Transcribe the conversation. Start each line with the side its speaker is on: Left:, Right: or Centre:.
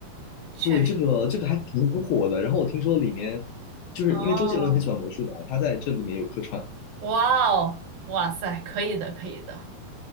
Right: 确实。
Left: 对，这个这个还挺火的。然后我听说里面，就是因为周杰伦很喜欢魔术的，
Right: 哦，
Left: 他在这里面有客串。
Right: 哇哦，哇塞，可以的可以的。